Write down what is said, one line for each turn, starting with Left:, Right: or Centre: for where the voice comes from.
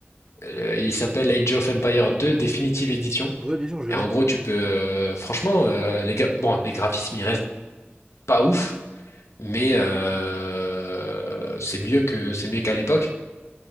Left: euh, il s'appelle Age of Empire 2 Definitive Edition.
Right: Ouais, bien sûr, je
Left: Et
Right: l'ai.
Left: en gros, tu peux, euh, franchement, euh, les gra- bon, les graphismes, ils restent pas ouf, mais euh, c'est mieux que c'est mieux qu'à l'époque.